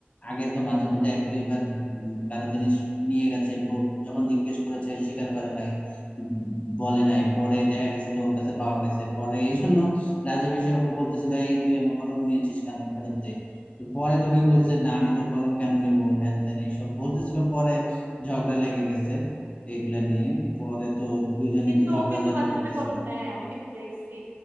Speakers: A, on the left; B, on the right.
A: আগে তো মাঝে মধ্যে এক দুইবার উম, কারো জিনিস নিয়ে গেছে ব- যখন জিজ্ঞেস করেছে স্বীকার করে নাই উম, বলে নাই পরে দেখা গেছে যে ওর কাছে পাওয়া গেছে পরে এই জন্য রাজীব এসে ওকে বলতেছিল এই তুই আমার কলম নিয়েছিস কেন ফেরত দে পরে তুহিন বলছে না আমি তোর কলম কেন নিব হ্যান ত্যান এইসব বলতেছিল পরে ঝগড়া লেগে গেছে এগুলা নিয়ে পরে তো দুইজনই
B: কিন্তু
A: তো ঝগড়াঝাটি
B: ও কিন্তু মাঝে
A: করতেছিল
B: মাঝে কলম নেয় আমি কিন্তু দেখছি